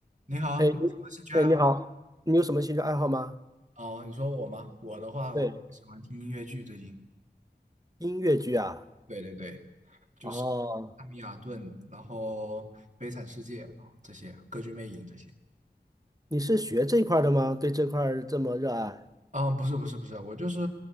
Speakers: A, on the right (about 45°); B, on the right (about 20°).
A: 你好，
B: 哎，
A: 你有什么兴趣爱好？
B: 你哎，你好，你有什么兴趣爱好吗？
A: 哦，你说我吗？我的话，
B: 对，
A: 我喜欢听音乐剧，最近
B: 音乐剧啊，
A: 对对对，就是
B: 哦，
A: 《汉米尔顿》，然后《悲惨世界》，然后这些《歌剧魅影》这些。
B: 你是学这一块儿的吗？对这块儿这么热爱？
A: 啊，不是不是不是，我就是